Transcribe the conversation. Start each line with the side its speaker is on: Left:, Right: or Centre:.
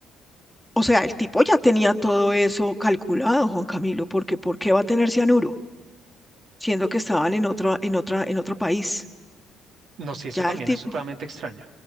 Centre: O sea, el tipo ya tenía todo eso calculado, Juan Camilo, porque ¿por qué va a tener cianuro? Siendo que estaban en otra, en otra, en otro país.
Right: No, sé, eso
Centre: Ya
Right: también
Centre: el tipo.
Right: es supremamente extraño.